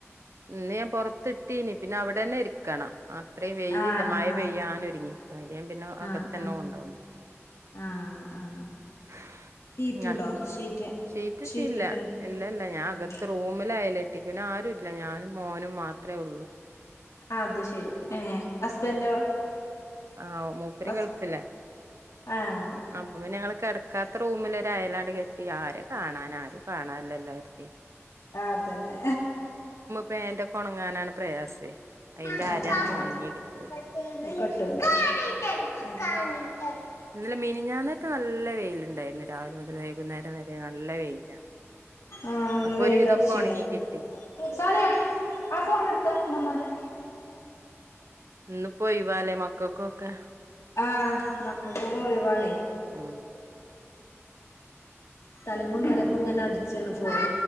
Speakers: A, on the right; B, on the left.
A: ഇന്ന് ഞാൻ പൊറത്തി ഇട്ടീനി പിന്നെ അവിടെ ഉടനെ ഇരിക്കണം അത്രയും വെയിലില്ല
B: ആഹ്
A: മഴ
B: ആഹ്
A: പെയ്യാനൊരുങ്ങി കാര്യം പിന്നെ അകത്തന്നെ
B: ആഹ് ആഹ്
A: കൊണ്ടവുംആ
B: ആഹ് ആഹ് ഷീറ്റ്ണ്ടോ ഷീറ്റ്
A: ഷീറ്റിട്ടിയില്ല
B: ഷീറ്റ്ട്ട്
A: ഇല്ലല്ല ഞാൻ
B: ഏഹ്
A: അകത്ത് റൂമിലായല പിന്നെ ആ ഒരു ഞാനും മോനും മാത്രമേ ഉള്ളൂ
B: ആ അത് ശരി ഏ ഹസ്ബന്റോ
A: ആ മൂപ്പര്
B: ഹസ്
A: ഗൾഫല്ലേ
B: ആഹ്
A: അപ്പൊ പിന്നെ ഞങ്ങ കിടക്കാത്ത റൂമിലൊരയലാണ്ട് കെട്ടി ആരെ കാണാൻ ആരും കാണാനല്ല കേരുതി
B: ആ അതന്നെ
A: പാന്റൊക്കെ ഉണങ്ങാനാണ് പ്രയാസേ അയിന്റെ
B: ആ
A: അരൊന്നും ഉണങ്ങി കിട്ടൂല
B: ആ <unintelligible>
A: ഇന്നലെ മിനിഞ്ഞാനെത്തെ നേരം നല്ല വെയിയിലുണ്ടായിരുന്നു രാവിലെ മുതൽ വൈകുന്നേരം വരെ നല്ല വെയില
B: ആആ
A: അപ്പൊ
B: വെയിലൊറച്ചീന
A: ഒരു വിധൊക്കെ ഉണങ്ങി കിട്ടി
B: സാലിയാ ആ ഫോൺ എടുത്ത ഉമ്മാന്റെ
A: ഇന്ന് പോ ഒയ് വാലെ മക്കൾക്കൊക്കെ
B: ആ മക്കക്ക് ഒഴിവാണേ
A: ഉം
B: തലങ്ങും മലകും ഇങ്ങനെ അടിച്ചാണ് പോ